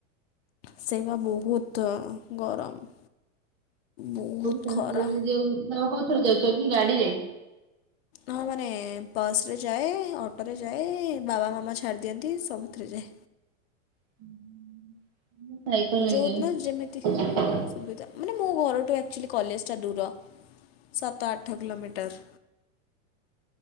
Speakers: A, on the left (about 50°); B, on the right (about 50°).
A: ସେଇବା ବହୁତ ଗରମ ବହୁତ
B: ବୁଢ
A: ଖରା
B: ଯୋଉ ତମେ କୋଉ ଥରେ ଯାଉଛ କି ଗାଡି ରେ
A: ହଁ ମାନେ ବସରେ ଯାଏ ଅଟୋରେ ଯାଏ ବାବା ମାମା ଛାଡ଼ିଦିଅନ୍ତି ସବୁଥିରେ ଯାଏ
B: ସାଇକଲ ନେଇ
A: ଯୋଉଦିନ
B: ଯାଉ
A: ଯେମିତି ସୁବିଧା ମାନେ ମୋ ଘରଠୁ ଆକ୍ଚୁଆଲି କଲେଜଟା ଦୂର ସାତ ଆଠ କିିଲୋମିଟର